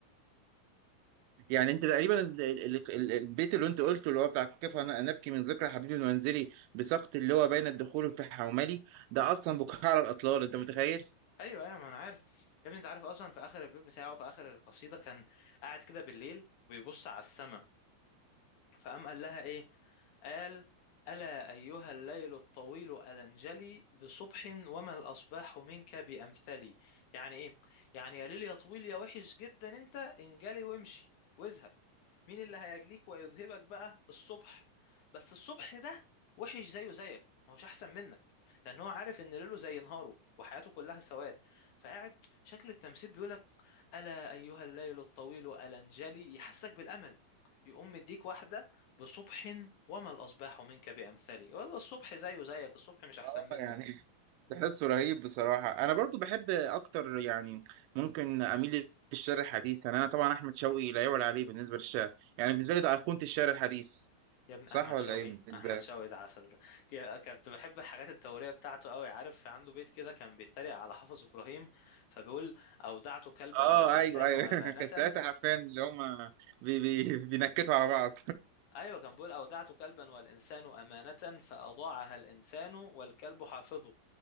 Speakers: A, on the right (about 85°); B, on the left (about 75°).
A: يعني انت تقريبا ال- ال- ال- البيت اللي انت قلته اللي هو بتاع كيف انا نبكي من ذكرى حبيبي المنزلي بسقط اللي هو بين الدخول في حوملي ده اصلا بكاء على الاطلال انت متخيل
B: أيوه أيوه ما أنا عارف يا ابني أنت عارف أصلا في آخر البيت بتاعه في آخر القصيدة كان قاعد كده بالليل وبيبص على السما فقام قال لها ايه قال ألا أيها الليل الطويل ألنجلي بصبح وما الأصباح منك بأمثلي يعني إيه؟ يعني يا ليل يا طويل يا وحش جدا أنت انجلي وامشي واذهب مين اللي هيجليك ويذهبك بقى الصبح بس الصبح ده وحش زيه زيك ما هوش أحسن منك لأن هو عارف إن ليله زي نهاره وحياته كلها سواد فقاعد شكل التمثيل بيقولك ألا أيها الليل الطويل ألنجلي يحسسك بالأمل يقوم مديك واحدة بصبح وما الأصباح منك بأمثلي والله الصبح زيه زيك الصبح مش أحسن
A: اه
B: منك
A: يعني <laughs> تحسه رهيب بصراحه انا برضو بحب اكتر يعني ممكن اميل للشعر الحديث يعني انا طبعا احمد شوقي لا يعلى عليه بالنسبه للشعر يعني بالنسبه لي ده ايقونه الشعر الحديث
B: يا ابن
A: صح
B: أحمد
A: ولا
B: شوقي
A: ايه بالنسبه
B: أحمد
A: لك
B: شوقي ده عسل ده يا- كنت بحب الحاجات التورية بتاعته قوي عارف عنده بيت كده كان بيتريق على حافظ إبراهيم فبيقول أودعت كلبا
A: اه
B: والإنسان
A: ايوه ايوه
B: أمانة
A: <laughs> كان ساعتها حرفيا اللي هم بي بي بينكتوا على بعض
B: أيوة كان بيقول أودعت كلبا والإنسان أمانة فأضاعها الإنسان والكلب حافظه